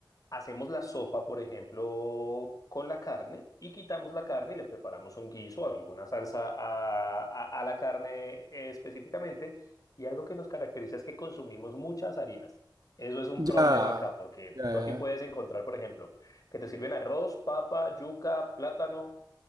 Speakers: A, on the left; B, on the right.
A: hacemos la sopa, por ejemplo, con la carne y quitamos la carne y le preparamos un guiso o alguna salsa a, a- a la carne eh, específicamente. Y algo que nos caracteriza es que consumimos muchas harinas. Eso es un problema
B: ya,
A: acá, porque
B: ya,
A: tú aquí
B: ya.
A: puedes encontrar, por ejemplo, que te sirven arroz, papa, yuca, plátano,